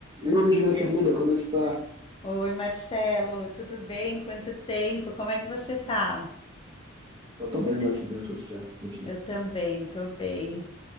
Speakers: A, on the right (about 20°); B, on the left (about 25°).
A: E Elis, minha querida, como é que está?
B: Oi, Marcelo, tudo bem? Quanto tempo? Como é que você tá?
A: Eu tô bem, graças a Deus, tudo certo por aqui.
B: Eu também, tô bem.